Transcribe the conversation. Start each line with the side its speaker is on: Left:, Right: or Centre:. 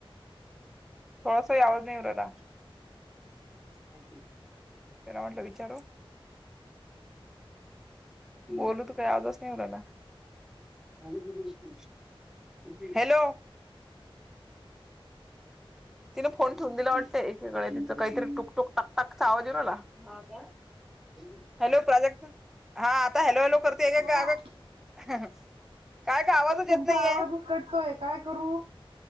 Centre: थोडासा आवज नाही येऊ रायला. त्याला म्हटलं विचारू. बोलू तू काही आवाजच नाहीलाला. खली त. <unintelligible> हॅलो. तिने फोन ठेवून दिला वाटतंय एकेगळे तिचं काहीतरी टुक टुक टाक टाकचा आवाज येत होता. <inaudible> हॅलो प्राजेक्ट हा आता हॅलो हेॅलो करतेय
Right: बोला
Centre: का का का. आवाजच येत
Right: तुमचा
Centre: नाहीये
Right: आवाजच कटतोय काय करू.